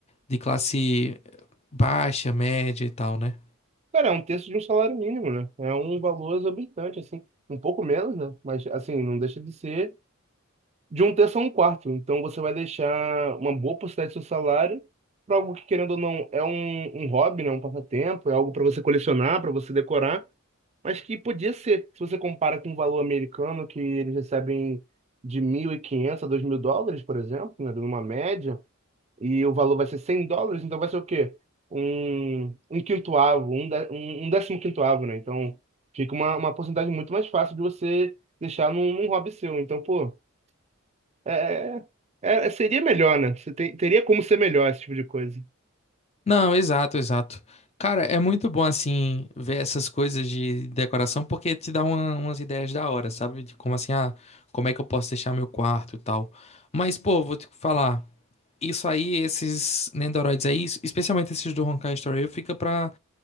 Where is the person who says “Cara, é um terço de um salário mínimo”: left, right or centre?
Right